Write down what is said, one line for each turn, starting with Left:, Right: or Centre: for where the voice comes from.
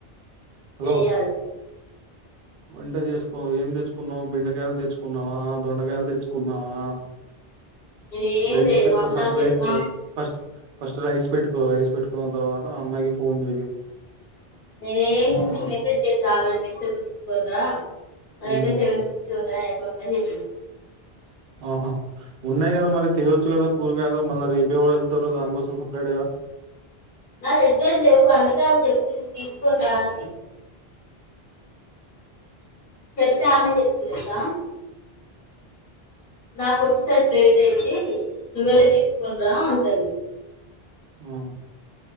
Right: హలో
Left: చెయ్యాలి
Right: వంట చేసుకో ఏం తెచ్చు కున్నావ్ బెండకాయలు తెచ్చుకున్నావా దొండగాయలు తెచ్చుకున్నావా
Left: నేను ఏం
Right: రైస్
Left: చేయలేదు
Right: పెట్కో
Left: మమతాకి
Right: ఫస్ట్ రైస్
Left: మమ్-
Right: ఫస్ట్ ఫస్ట్ రైస్ పెట్టుకో రైస్ పెట్టుకున్ తరువాత ఆ అమ్మాయికి ఫోన్ చెయ్యు
Left: <inaudible> మెసేజ్ చేయ్ చాలు వెజిటబుల్ తీసుకోని రా అదైతే
Right: హ్మ్
Left: సెవన్ రూపీసు <inaudible> ఎట్లున్నా చెప్పి
Right: ఆహా ఉన్నాయి కదా మరి తేవచ్చు కదా కూరగాయలు మళ్ళ రేపేవరు వెళ్ళారు దానికోసం సపరేట్ గా
Left: నా దగ్గర లెవ్వు అందుకే ఆమె చెప్పింది నేను తీసుకొని రా అని చెప్తే ఆమె ఏం చెప్పింది తెలుసా నాకు వొచ్చేసరికి లేట్ అయిద్ది నువ్వెళ్ళి తీసుకొని రా అంటాంది
Right: ఆ